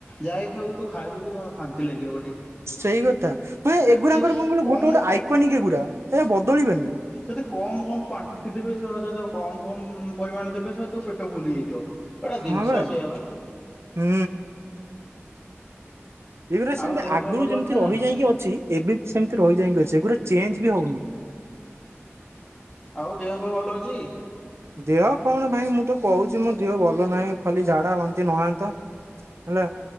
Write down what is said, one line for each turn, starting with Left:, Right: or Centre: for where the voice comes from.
Centre: ଯାଇଥବୁ ତୁ ଖାଇଦବୁ ତ ଶାନ୍ତି ଲାଗିବ ଗୋଟେ।
Right: ସେଇକଥା ତୁ ଏଗୁଡାଙ୍କର
Centre: ସେ
Right: କଣ କହିଲୁ
Centre: କମ
Right: ଗୋଟେ ଗୋଟେ ଆଇକନିକ୍ ଏଗୁରା ଏ ବଦଳିବେନି।
Centre: କେତେ କମ୍ କମ୍ କ୍ଵାଣ୍ଟିଟି ଦେବେ ସହଜେ କମ୍ କମ୍ ପରିମାଣ ଦେବେ ସଳା ତୋ ପେଟ ଫୁଲ୍ ହେଇଯାଇଥିବ। ଏଟା
Right: ହଁ
Centre: ଜିନିଷ
Right: ବା
Centre: ସେଇଆ
Right: ଉଁ। ଏଇଗୁରା ସେମତି
Centre: ଆଉ ଦେହ
Right: ଆଗୁରୁ
Centre: ଫେହ ଭଲ
Right: ଯେମିତି
Centre: ଅଛି ନା
Right: ରହିଯାଇକି
Centre: ନାଇଁ
Right: ଅଛି ଏବେ ବି ସେମତି ରହିଯାଇଁକି ଅଛି ସେଗୁରା ଚେଞ୍ଜ ବି ହଉନି।
Centre: ଆଉ ଦେହ ପାଆ ଭଲ ଅଛି।
Right: ଦେହ କଣ ଭାଇ ମୁଁ ତ କହୁଚି ମୋ ଦେହ ଭଲ ନାହିଁ ଖାଲି ଝାଡା ବାନ୍ତି ନୟାନ୍ତ। ହେଲା